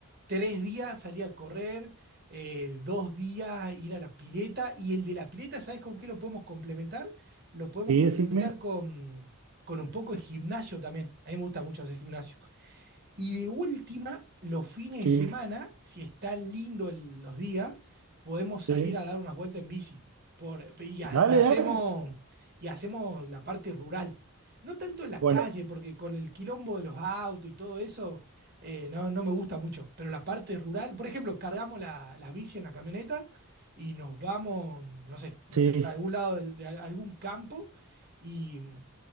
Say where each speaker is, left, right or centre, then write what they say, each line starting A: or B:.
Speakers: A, on the right (about 50°); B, on the right (about 70°).
A: tres días salir a correr, eh, dos días ir a la pileta y el de la pileta, ¿sabes con qué lo podemos complementar? Lo podemos
B: Sí,
A: complementar
B: decime.
A: con, con un poco de gimnasio también. A mí me gusta mucho hacer gimnasio. Y de última, los fines de
B: Sí,
A: semana, si está lindo el- los días, podemos salir
B: sí.
A: a dar unas vueltas en bici. Por, y, ha-
B: Dale,
A: y hacemos,
B: dale.
A: y hacemos la parte rural. No tanto en la
B: Bueno,
A: calle, porque con el quilombo de los autos y todo eso, eh, no, no me gusta mucho. Pero la parte rural, por ejemplo, cargamos la, las bici en la camioneta y nos vamos, no sé, no
B: sí.
A: sé, para algún lado de, de algún campo. Y,